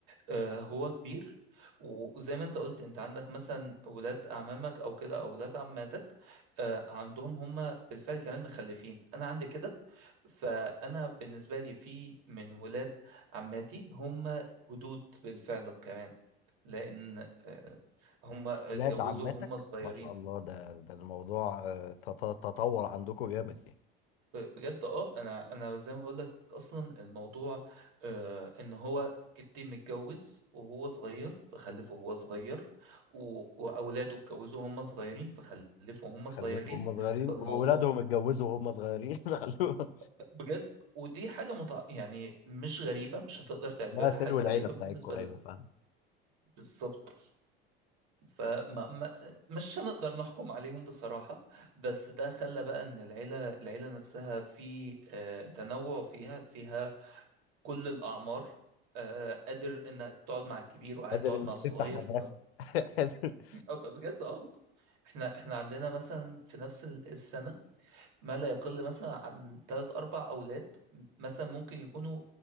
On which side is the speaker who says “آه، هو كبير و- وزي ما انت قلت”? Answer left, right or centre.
Right